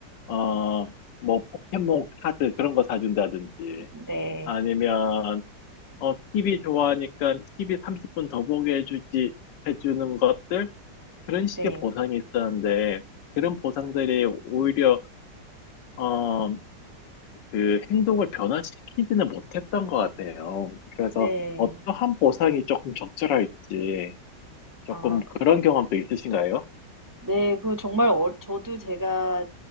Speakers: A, on the left (about 85°); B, on the right (about 25°).
A: 어, 뭐 포켓몬 카드 그런 거 사준다든지,
B: 네.
A: 아니면 어, TV 좋아하니까 TV 30분 더 보게 해주지, 해주는 것들? 그런 식의
B: 네.
A: 보상이 있었는데, 그런 보상들이 오히려, 어, 그 행동을 변화시키지는 못했던 것 같아요. 그래서
B: 네.
A: 어떠한 보상이 조금 적절할지, 조금
B: 아, 그,
A: 그런 경험도 있으신가요?
B: 네. 그 정말 어, 저도 제가